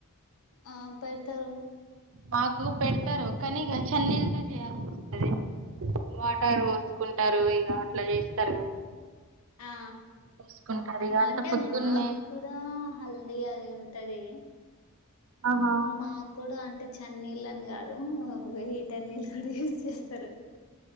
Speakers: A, on the left; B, on the right.
A: ఆ పెడతారు
B: మాకు పెడతారు కానీక చన్నీళ్లతో చేయాల్సి వస్తుంది వాటారు పోసుకుంటారు ఇక అట్లా చేస్తారు కదా
A: ఆ
B: చూసుకుంటారు ఇగ అంత
A: అంటే
B: పొద్దున్నే
A: మాకు కూడా హల్దీ అది ఉంట అంటది
B: ఆహా
A: మా కూడా అంట అంటే చన్నీళ్ళ అని కాదు వెయ్యటన్నీళ్ళ కూడా యూజ్ చేస్తారు